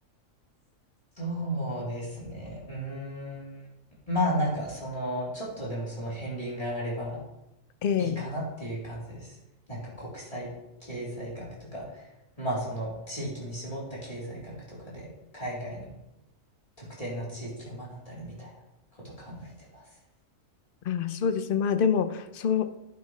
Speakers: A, on the left; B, on the left.
A: そうですね。うーん。まあなんかその、ちょっとでもその片鱗があれば
B: ええ
A: いいかなっていう感じです。なんか国際経済学とか、まあその地域に絞った経済学とかで海外の特定の地域を学んだりみたいなこと考えてます。
B: ああ、そうですね。まあでも、そう、